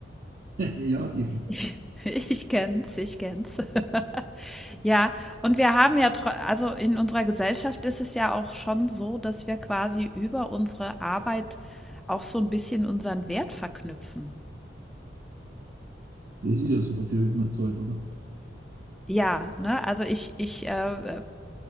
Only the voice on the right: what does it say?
<laughs> ja, eben.
Es ist ja so, dafür wird man Zeit oder?